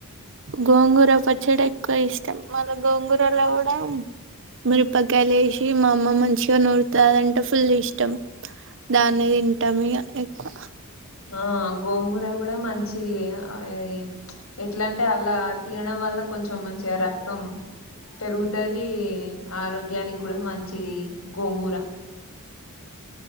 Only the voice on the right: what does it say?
గోంగూర పచ్చడ, ఎక్కువ ఇష్టం మళ్ళ గోంగూరలో కూడా మీరిపకాయలు ఎసి మా అమ్మ మంచిగా నూరుతదంటే ఫుల్ ఇష్టం దాన్నే తింటాం ఇగ ఎక్కువ